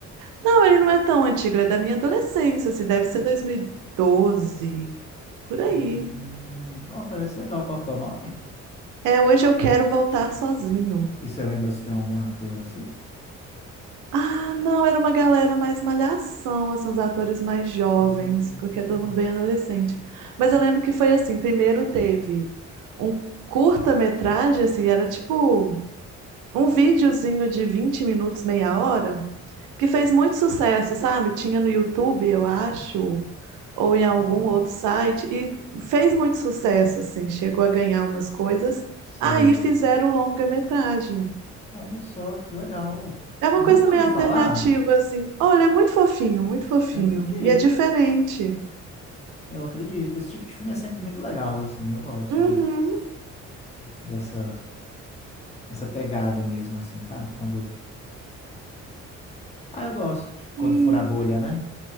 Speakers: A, on the right; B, on the left.
A: Não, ele não é tão antigo, ele é da minha adolescência, assim, deve ser 2012, por aí.
B: Hum, ó, parece legal. Qual que é o nome?
A: É, hoje eu quero voltar sozinho.
B: E você lembra se tem algum ator assim?
A: Ah, não, era uma galera mais malhação, assim, os atores mais jovens,
B: Hum,
A: porque é todo mundo bem adolescente. Mas eu lembro que foi assim, primeiro teve um curta-metragem, assim, era tipo um videozinho de 20 minutos, meia hora, que fez muito sucesso, sabe? Tinha no YouTube, eu acho, ou em algum
B: ó,
A: outro site e fez muito sucesso, assim, chegou a ganhar umas coisas.
B: sei.
A: Aí fizeram longa-metragem.
B: Olha só que legal.
A: É uma
B: Eu
A: coisa
B: nunca
A: meio
B: ouvi
A: alternativa,
B: falar.
A: assim. Olha, é muito fofinho, muito fofinho.
B: Eu acredito.
A: E é diferente.
B: Eu acredito. Esse tipo de filme é sempre muito legal, assim. Eu gosto
A: Uhum,
B: de- dessa, dessa pegada mesmo, assim, sabe? Quando. Ah, eu gosto de
A: sim.
B: quando fura a bolha, né?